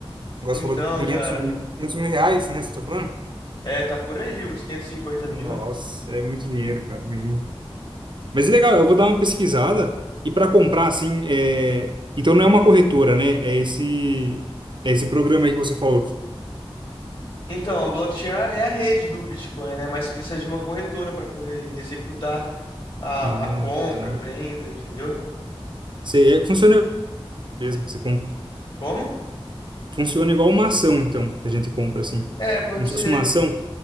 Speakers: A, on the right; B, on the left.
A: Agora
B: Então,
A: você falou de 500
B: cara,
A: mil, 500 mil reais, né? Você tá falando?
B: é, tá por aí, uns quinhentos e cinquenta
A: Nossa,
B: mil.
A: é muito dinheiro, cara, imagina. Mas é legal, eu vou dar uma pesquisada e para comprar, assim, é... então não é uma corretora, né? É esse, é esse programa aí que você falou.
B: Então, a blockchain é a rede do Bitcoin, né? Mas precisa de uma corretora pra poder executar a,
A: Ah,
B: a compra,
A: tá.
B: a venda, entendeu?
A: Você, é, funciona mesmo, você compra.
B: Como?
A: Funciona igual uma ação, então, que a gente compra, assim.
B: É, pode
A: Como
B: ser.
A: se fosse uma ação.